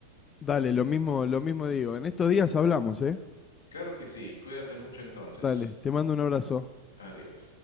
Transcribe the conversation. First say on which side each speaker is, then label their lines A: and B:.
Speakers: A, on the left; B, on the left.
A: Dale, lo mismo, lo mismo digo. En estos días hablamos, ¿eh?
B: Claro que sí, cuídate mucho entonces.
A: Dale, te mando un abrazo.
B: Adiós.